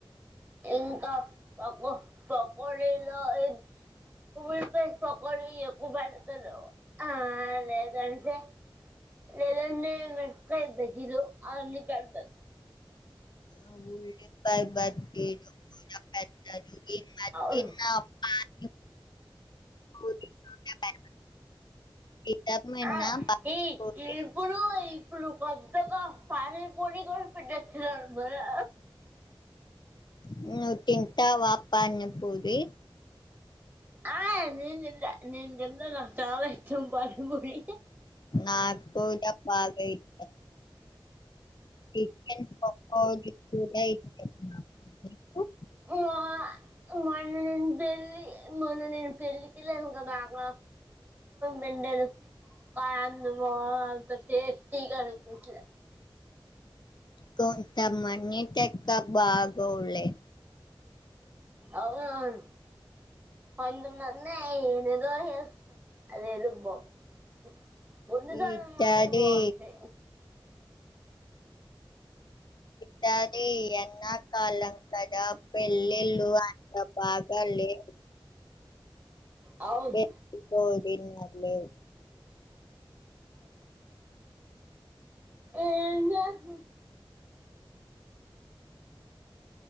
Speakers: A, on the right; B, on the left.
A: ఇంకా పకొ పకోడిలు అయిత్ ఉల్పాయ్ పకోడి ఎక్కువ పెడతరు ఆ లేదంటె లేదంటే మిరపకాయ్ బజ్జీలు అవన్నీ పెడతర్
B: ఆ ఊల్లిపాయ బజ్ <unintelligible> పెడతరు <unintelligible>
A: అవును
B: <inaudible> ఈ <unintelligible> మేన
A: ఆ
B: పానిపురి
A: ఈ ఇప్పుడు ఇప్పుడు కొత్తగ పానీపూరి కూడ పెట్టెత్తున్నారు
B: నువ్ తింటావా పానీ పూరి
A: ఆ నేన్ తింట నేను తింటా నాకు చాలా ఇష్టం పాణి పూరి
B: నాక్కుడ బాగా ఇష్ చికెన్ పకోడీ కూడా ఇష్టం నాకు
A: వా మొన్న నేను పెళ్ళి మొన్న నేను పెళ్లికి కెల్లాను గదా అక్కడ బెండలు <unintelligible> టేస్టీ గ అనిపించలే
B: కొంత మంది దగ్గ భాగోవ్లె
A: అవునవున్ కొంత మంది నిజమే జేస్తరు అదేదో బా <unintelligible>
B: ఈతది
A: మాత్రం బావుంటయి
B: కనీ ఎండా కాలం కదా పెళ్ళిళ్ళు అంత బాగా లేవు
A: అవును
B: ఎప్పుడో డిన్నర్ లేదు
A: ఏం జేస్తనర్